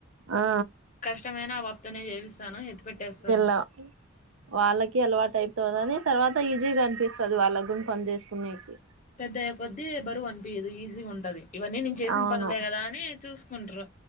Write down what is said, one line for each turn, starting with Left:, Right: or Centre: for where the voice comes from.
Right: ఆ
Left: కష్టమైనా తనే ఏవి ను ఎత్తి పెట్టేస్తారు
Right: లా వాళ్ళకి అలవాటు అయితుంది అని తర్వాత ఈజీగా కనిపిస్తుంది చదువువాళ్ళ గు పని చేసుకునేకి
Left: పెద్దయ్యే కొద్దీ బరువు అనిపియదు ఈజీగా ఉంటది ఇవన్నీ నేను చేసిన
Right: అవును
Left: పనులే కదా అని చూసుకుంటారు